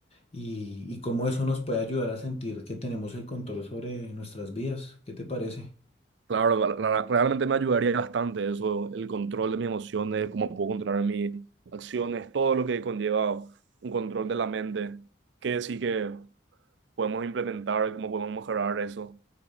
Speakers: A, on the left (about 30°); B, on the right (about 65°).
A: y, y cómo eso nos puede ayudar a sentir que tenemos el control sobre nuestras vidas. ¿Qué te parece?
B: Claro, la- la- realmente me ayudaría bastante eso, el control de mis emociones, cómo puedo controlar mis acciones, todo lo que conlleva un control de la mente, qué sí que podemos implementar, cómo podemos mejorar eso.